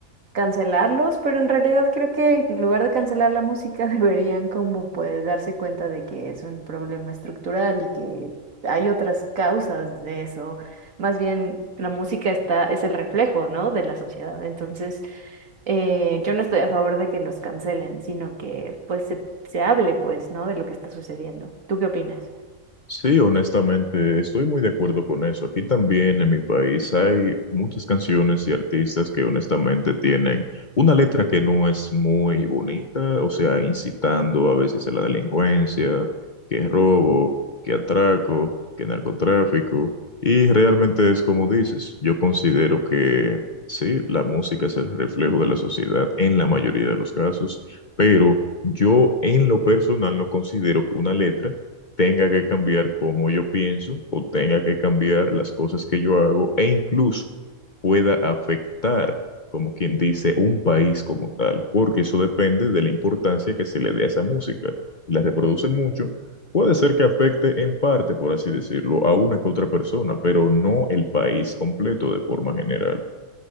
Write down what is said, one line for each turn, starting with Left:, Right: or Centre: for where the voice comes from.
Right: cancelarlos, pero en realidad creo que en lugar de cancelar la música <laughs> deberían como pues darse cuenta de que es un problema estructural y que hay otras causas de eso. Más bien la música está, es el reflejo, ¿no? de la sociedad. Entonces, eh, yo no estoy a favor de que los cancelen, sino que pues se, se hable pues, ¿no? de lo que está sucediendo. ¿Tú qué opinas?
Left: Sí, honestamente, estoy muy de acuerdo con eso. Aquí también en mi país hay muchas canciones y artistas que honestamente tienen una letra que no es muy bonita, o sea, incitando a veces a la delincuencia, que es robo, que atraco, que narcotráfico. Y realmente es como dices, yo considero que sí, la música es el reflejo de la sociedad en la mayoría de los casos, pero yo en lo personal no considero que una letra tenga que cambiar cómo yo pienso o tenga que cambiar las cosas que yo hago e incluso pueda afectar, como quien dice, un país como tal, porque eso depende de la importancia que se le dé a esa música. Si la reproducen mucho, puede ser que afecte en parte, por así decirlo, a una que otra persona, pero no el país completo de forma general.